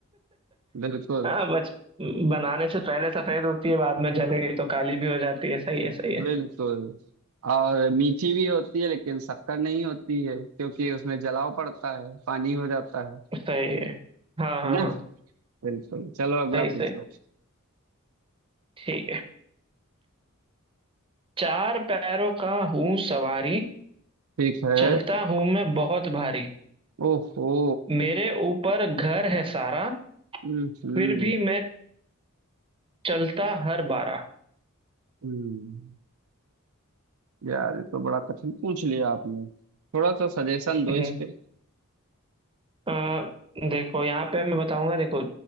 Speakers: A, on the right; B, on the right.
A: बिल्कुल
B: हाँ बच बनाने से पहले सफेद होती है बाद में जल गई तो काली भी हो जाती है सही है सही है
A: बिल्कुल और मीठी भी होती है लेकिन शक्कर नहीं होती है क्योंकि उसमें जलाव पड़ता है पानी हो जाता है
B: सही है हाँ हाँ
A: है ना
B: हाँ
A: बिल्कुल चलो अगला
B: सही सही
A: पूछो
B: ठीक है चार पैरों का हूँ सवारी
A: ठीक है
B: चलता हूँ मैं बहुत भारी
A: ओहो
B: मेरे ऊपर घर है सारा
A: हम्म हम्म
B: फिर भी मैं चलता हर बारा
A: हम्म। यार ये तो बड़ा कठिन पूछ लिया आपने थोड़ा सा सजेशन
B: हम्म,
A: दो इस पे
B: अ, देखो यहाँ पे मैं बताऊंगा देखो